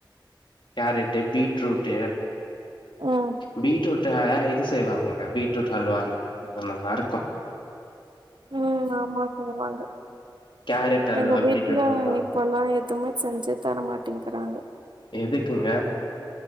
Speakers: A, on the left (about 75°); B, on the right (about 70°).
A: கேரட்டு பீட்ரூட்டு
B: ம்
A: பீட்ரூட் ல இது செய்வாங்க பீட்ரூட் ஹல்வானு நல்லா இருக்கும்
B: ம் அம்மா செய்வாங்க
A: கேரட் அல்வா
B: எங்க வீட்ல
A: பீட்ரூட் அல்வா
B: இப்பெல்லா எதுவுமே செஞ்சு தரமாட்டே கிறாங்க
A: எதுக்குங்க